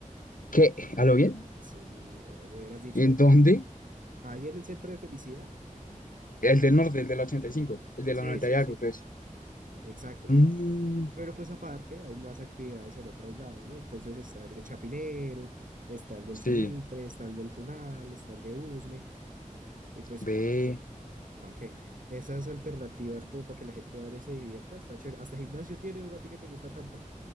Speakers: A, on the left; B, on the right.
A: ¿Qué? ¿A lo bien?
B: Sí, bro, me hubieras dicho
A: ¿En
B: ayer.
A: dónde?
B: Ayer el centro de felicidad.
A: El del norte, el del ochenta y cinco el de
B: Sí,
A: la 90
B: sí,
A: y algo,
B: sí.
A: ¿crees?
B: Exacto.
A: Mm,
B: Pero pues aparte hay más actividades en otros lados, ¿no? Entonces está el de Chapinero, está el del
A: sí,
B: Salitre, está el del Tunal, está el de Usme, y pues
A: ve.
B: ¿para qué? ¿Para qué? Esas alternativas como para que la gente vaya y se divierta, está chévere. Hasta gimnasio tiene, bro, a ti que te gusta tanto.